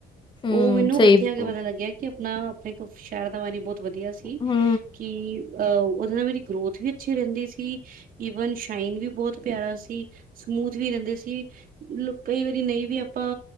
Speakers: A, on the left; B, on the right.
A: ਹੂੰ
B: ਉਹ ਮੈਨੂੰ
A: ਸਹੀ
B: ਪਤਾ
A: ਬੋ-
B: ਲੱਗਿਆ ਆਪਣਾ ਆਪਣੇ ਕੋ ਸ਼ਹਿਰ ਦਾ ਪਾਂਣੀ ਬਹੁਤ ਵਧੀਆ ਸੀ
A: ਹੂੰ
B: ਕਿ ਅਹ ਉਹਦੇ ਨਾਲ ਮੇਰੀ ਗਰੋਥ ਵੀ ਅੱਛੀ ਰਹਿੰਦੀ ਸੀ ਈਵਨ ਸ਼ਾਈਨ ਵੀ ਬਹੁਤ ਪਿਆਰਾ ਸੀ ਸਮੂਥ ਵੀ ਰਹਿੰਦੇ ਸੀਤ ਕਈ ਵਾਰੀ ਨਹੀਂ ਵੀ ਆਪਾਂ